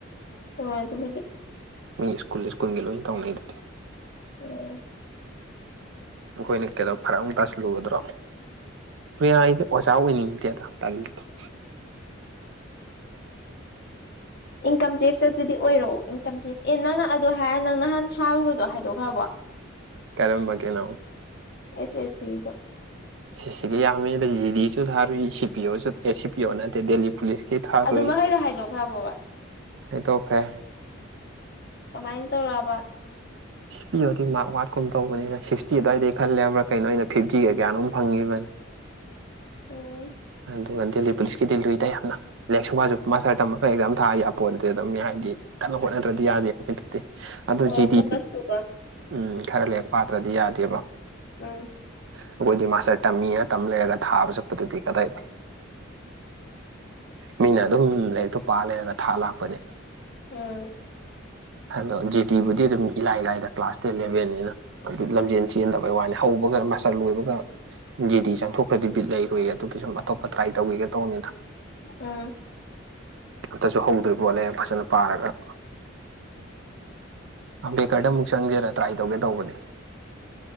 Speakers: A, on the left; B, on the right.
A: ꯍꯣꯏ ꯑꯗꯨꯕꯨꯗꯤ
B: ꯃꯤ ꯏꯁ꯭ꯀꯨꯜ ꯏꯁ꯭ꯀꯨꯜꯒꯤ ꯂꯣꯏꯅ ꯇꯧꯅꯩꯗꯨꯗꯤ
A: ꯑꯣ
B: ꯑꯩꯈꯣꯏꯅ ꯀꯩꯅꯣ ꯐꯔꯛ ꯑꯃꯨꯛ ꯇꯥꯁꯤꯜꯂꯨꯗꯔꯣ ꯍꯣꯏ ꯌꯥꯏ ꯑꯩꯗꯤ ꯑꯣꯖꯥ ꯑꯣꯏꯅꯤꯡꯗꯦꯗ ꯇꯜꯂꯤꯗ
A: ꯏꯟꯀꯝ ꯇꯦꯛꯁꯇ ꯑꯗꯨꯗꯤ ꯑꯣꯏꯔꯛꯑꯣ ꯏꯟꯀꯝ ꯇꯦꯛꯁ ꯑꯦ ꯅꯪꯅ ꯑꯗꯨ ꯍꯥꯏꯔ ꯅꯪ ꯅꯍꯥꯟ ꯊꯥꯔꯨꯕꯗꯣ ꯍꯥꯏꯗꯣꯛꯈ꯭ꯔꯕꯣ
B: ꯀꯔꯝꯕꯒꯤꯅꯣ
A: ꯑꯦꯁ ꯑꯦꯁ ꯁꯤꯒꯤꯗꯣ
B: ꯁꯤꯁꯤꯒꯤ ꯌꯥꯝꯃꯤꯅ ꯖꯤ ꯗꯤꯁꯨ ꯊꯥꯔꯨꯏ ꯁꯤ ꯄꯤ ꯑꯣꯁꯨ ꯑꯦ ꯁꯤ ꯄꯤ ꯑꯣ ꯅꯠꯇꯦ ꯗꯦꯜꯂꯤ ꯄꯨꯂꯤꯁ ꯁꯤ ꯊꯥꯔꯨꯏ
A: ꯑꯗꯨ ꯃꯈꯩꯗꯣ ꯍꯥꯏꯗꯣꯛꯈ꯭ꯔꯕꯣꯕ
B: ꯍꯥꯏꯗꯣꯛꯈ꯭ꯔꯦ
A: ꯀꯃꯥꯏꯅ ꯇꯧꯔꯛꯕ
B: ꯁꯤ ꯄꯤ ꯑꯣꯗꯤ ꯃꯥꯔꯛ ꯋꯥꯠꯀꯨꯝ ꯇꯧꯕꯅꯤꯅ ꯁꯤꯛꯁꯇꯤ ꯑꯗꯨꯋꯥꯏꯗ ꯈꯜꯂꯦꯕ꯭ꯔ ꯍꯥꯏꯕ ꯀꯩꯅꯣ ꯑꯩꯅ ꯐꯤꯐꯇꯤꯒ ꯀꯌꯥꯅꯣꯝ ꯐꯪꯉꯤꯕꯅꯤ
A: ꯎꯝ
B: ꯑꯗꯨꯒ ꯗꯦꯜꯂꯤ ꯄꯨꯂꯤꯁꯀꯤꯗꯤ ꯂꯨꯏ ꯗ ꯌꯥꯝꯅ ꯂꯥꯏꯔꯤꯛ ꯁꯨꯁꯨ ꯃꯥꯁꯇꯔ ꯇꯝꯃꯒ ꯑꯦꯛꯖꯥꯝ ꯊꯥꯑꯒ ꯄꯣꯠ ꯅꯠꯇꯦ ꯃꯤ ꯑꯗ ꯍꯥꯏꯗꯤ ꯀꯟꯅ ꯍꯣꯠꯅꯗ꯭ꯔꯗꯤ ꯌꯥꯗꯦ ꯗꯗꯤ ꯑꯗꯨ
A: ꯍꯣꯏ
B: ꯖꯤꯗꯤ
A: ꯐꯣꯀꯁꯇꯨꯀꯣ
B: ꯎꯝ ꯈꯔ ꯂꯥꯏꯔꯤꯛ ꯄꯥꯇ꯭ꯔꯗꯤ ꯌꯥꯗꯦꯕ
A: ꯎꯝ
B: ꯑꯩꯈꯣꯏꯗꯤ ꯃꯥꯁꯇꯔ ꯇꯝꯃꯤꯅ ꯇꯝ ꯂꯩꯔꯒ ꯊꯥꯕ ꯆꯠꯄꯗꯨꯗꯤ ꯀꯗꯥꯏ ꯃꯤꯅ ꯑꯗꯨꯝ ꯂꯥꯏꯔꯤꯛꯇꯣ ꯄꯥ ꯂꯩꯔꯒ ꯊꯥ ꯂꯥꯛꯄꯅꯦ
A: ꯎꯝ
B: ꯍꯜꯂꯣ ꯖꯤꯦꯇꯤꯕꯨꯗꯤ ꯑꯗꯨꯝ ꯏꯂꯥꯏ ꯂꯥꯏꯗ ꯀ꯭ꯂꯥꯁ ꯇꯦꯟ ꯂꯦꯚꯦꯟꯅꯤꯅ ꯑꯗꯨ ꯂꯝꯖꯦꯟ ꯆꯦꯟꯗꯕꯩ ꯋꯥꯅꯤ ꯍꯧꯕꯒ ꯃꯥꯁꯇꯔ ꯂꯣꯏꯕꯒ ꯖꯤꯗꯤ ꯆꯪꯊꯣꯛꯈ꯭ꯔꯗꯤ ꯕꯤꯠ ꯂꯩꯔꯣꯏꯌꯦ ꯑꯗꯨꯗ ꯁꯨꯝ ꯑꯇꯣꯞꯄ ꯇ꯭ꯔꯥꯏ ꯇꯧꯒꯤꯒꯦ ꯇꯧꯕꯅꯤꯗ
A: ꯎꯝ
B: ꯑꯝꯇꯁꯨ ꯍꯧꯗ꯭ꯔꯤꯕ ꯂꯥꯏꯔꯤꯛ ꯐꯖꯅ ꯄꯥꯔꯒ ꯑꯝꯕꯦꯗꯀꯔꯗ ꯑꯃꯨꯛ ꯆꯪꯒꯦꯔꯥ ꯇ꯭ꯔꯥꯏ ꯇꯧꯒꯦ ꯇꯧꯕꯅꯦ